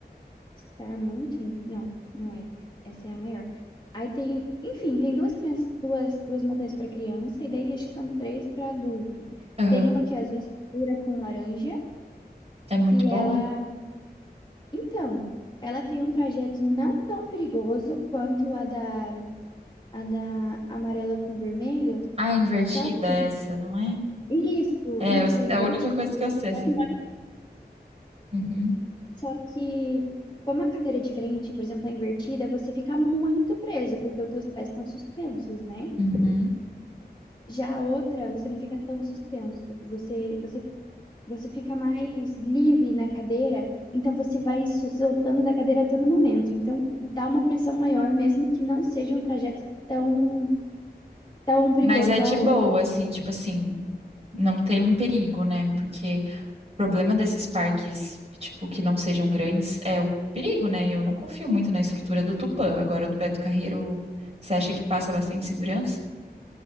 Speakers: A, on the left; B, on the right.
A: Star Mountain? Não, não é. Essa é a maior. Aí tem, enfim, tem duas crianças, duas, duas montanhas para criança e daí acho que são três para adulto.
B: Aham.
A: Tem uma que é azul escura com laranja,
B: É muito
A: que
B: boa?
A: ela, então, ela tem um trajeto não tão perigoso quanto a da, a da amarela com vermelho,
B: Ah, é invertida
A: só que
B: essa, não é?
A: isso,
B: É,
A: isso
B: eu s-
A: é invertido.
B: é a única coisa que
A: Você
B: eu sei, assim.
A: faz uma hora
B: Uhum.
A: só que como a cadeira é diferente, por exemplo, a invertida, você fica muito preso porque os teus pés estão suspensos, né?
B: Uhum.
A: Já a outra, você não fica tão suspenso. Você, você, você fica mais livre na cadeira, então você vai se soltando da cadeira a todo momento. Então dá uma pressão maior, mesmo que não seja um trajeto tão, tão perigoso
B: Mas é
A: igual
B: de
A: a
B: boa,
A: outra.
B: assim, tipo assim, não teve um perigo, né? Porque o problema desses parques, tipo, que não sejam grandes é o perigo, né? Eu não confio muito na estrutura do Tupã. Agora, do Beto Carreiro, você acha que passa bastante segurança?